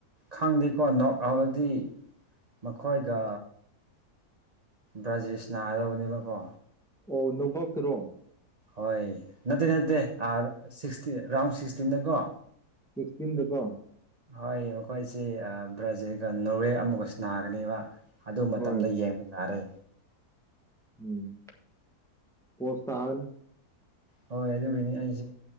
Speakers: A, on the right; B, in the centre.
A: ꯈꯪꯗꯦꯀꯣ ꯅꯣꯛ ꯑꯥꯎꯂꯗꯤ ꯃꯈꯣꯏꯒ ꯕ꯭ꯔꯥꯖꯤꯁꯅꯥꯗꯧꯕꯅꯦꯕꯀꯣ
B: ꯑꯣ ꯅꯣꯡꯐꯥꯎꯛꯇꯔꯣ
A: ꯍꯣꯏ ꯅꯠꯇꯦ ꯅꯠꯇꯦ ꯁꯤꯁꯇ ꯔꯥꯎꯟ ꯁꯤꯛꯁꯇꯤꯟꯟꯅꯀꯣ
B: ꯁꯤꯛꯁꯇꯤꯟꯗꯀꯣ
A: ꯍꯣꯏ ꯃꯈꯣꯏꯁꯤꯦ ꯕ꯭ꯔꯖꯤꯜꯒ ꯅꯋꯦ ꯑꯃꯒꯁꯨ ꯅꯥꯒꯅꯦꯕ ꯑꯗꯨ ꯃꯇꯝꯗ
B: ꯍꯣꯏ
A: ꯌꯦꯡꯕ ꯇꯥꯔꯦ
B: ꯎꯝ ꯄꯣꯁꯇꯕꯦꯟ
A: ꯍꯣꯏ ꯑꯗꯨꯒꯤꯅꯤ ꯑꯩꯁꯨ